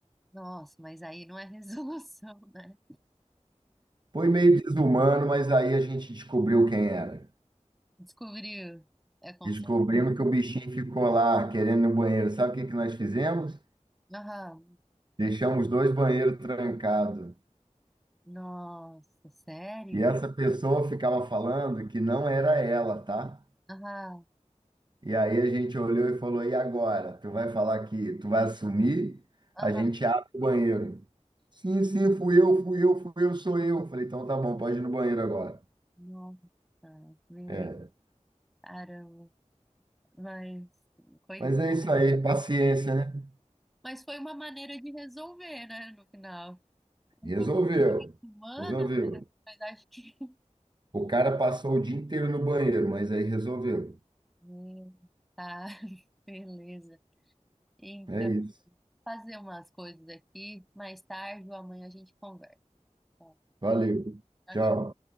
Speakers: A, in the centre; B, on the right.
A: nossa, mas aí não é <laughs> resolução, né?
B: Foi meio desumano, mas aí a gente descobriu quem era.
A: Descobriu. É com
B: Descobrimos que o bichinho ficou lá querendo ir no banheiro. Sabe o que que nós fizemos?
A: Aham.
B: Deixamos dois banheiros trancados.
A: Nossa, sério?
B: E essa pessoa ficava falando que não era ela, tá?
A: Aham.
B: E aí a gente olhou e falou: e agora? Tu vai falar que tu vai assumir?
A: Aham.
B: A gente abre o banheiro. Sim, sim, fui eu, fui eu, fui eu, sou eu. Falei: então tá bom, pode ir no banheiro agora.
A: Nossa, meu
B: É.
A: caramba. Mas, coitado.
B: Mas é isso aí, paciência, né?
A: Mas foi uma maneira de resolver, né, no final. Um
B: Resolveu,
A: pouco desumana,
B: resolveu.
A: mas, mas acho que.
B: O cara passou o dia inteiro no banheiro, mas aí resolveu.
A: Meu, tá, <laughs> beleza. Então,
B: É isso.
A: fazer umas coisas aqui. Mais tarde ou amanhã a gente conversa. Tá?
B: Valeu.
A: Tchau,
B: Tchau.